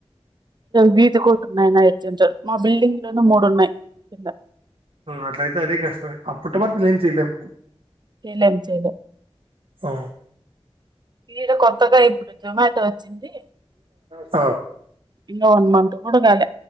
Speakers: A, on the right; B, on the right.
A: వీధి ఒకటి ఉన్నాయి నా ఎగ్జామ్స్ సెంటర్ మా బిల్డింగ్ లోనే మూడు ఉన్నాయి కింద
B: అట్లయితే అదే కష్టమే అప్పుటపరతిలో ఏం చేయలేము
A: చేయలేం చేయలేం
B: ఆ
A: ఇడా కొత్తగా ఇప్పుడు జొమాటో వచ్చింది
B: అ
A: ఇంగా వన్ మంత్ కూడ గాలె